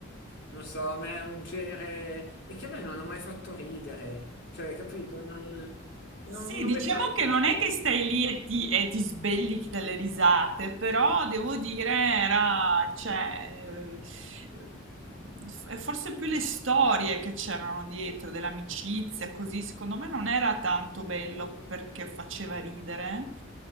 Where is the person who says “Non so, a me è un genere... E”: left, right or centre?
Left